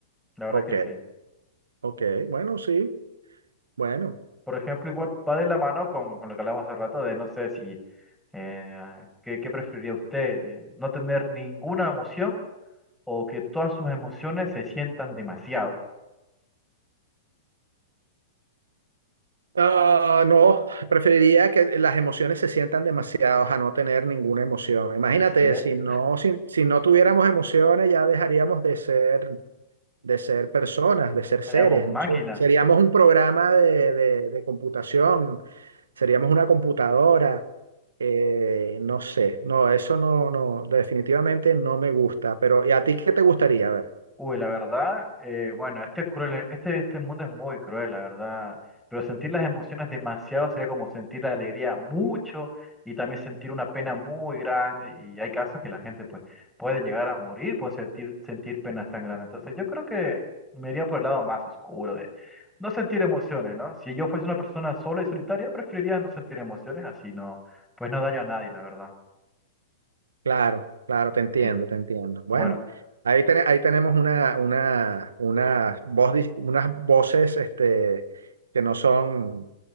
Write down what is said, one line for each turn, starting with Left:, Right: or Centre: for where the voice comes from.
Centre: La verdad
Right: ok,
Centre: que sí.
Right: ok, bueno, sí, bueno.
Centre: por ejemplo, igual va de la mano con, con lo que hablamos hace rato de, no sé si, eh, ¿qué, qué preferiría usted? ¿De no tener ninguna emoción o que todas sus emociones se sientan demasiado?
Right: Ah, no, preferiría que las emociones se sientan demasiados a no tener ninguna emoción. Imagínate,
Centre: ¿En serio?
Right: si no, si, si no tuviéramos emociones, ya dejaríamos de ser, de ser personas, de ser
Centre: Tenemos
Right: seres,
Centre: máquinas.
Right: no sé. Seríamos un programa de, de- de computación, seríamos una computadora, eh, no sé. No, eso no, no, definitivamente no me gusta. Pero, ¿y a ti qué te gustaría? A ver.
Centre: Uy, la verdad, eh, bueno, este es cruel, eh, este, este mundo es muy cruel, la verdad. Pero sentir las emociones demasiado sería como sentir la alegría mucho y también sentir una pena muy grande. Y hay casos que la gente pues, puede llegar a morir por sentir, sentir penas tan grandes. Entonces yo creo que me iría por el lado más oscuro de no sentir emociones, ¿no? Si yo fuese una persona sola y solitaria, preferiría no sentir emociones, así no, pues no daño a nadie, la verdad.
Right: Claro, claro, te entiendo,
Centre: Sí,
Right: te entiendo. Bueno,
Centre: bueno,
Right: ahí, tene- ahí tenemos una, una, una voz dis- unas voces este, que no son,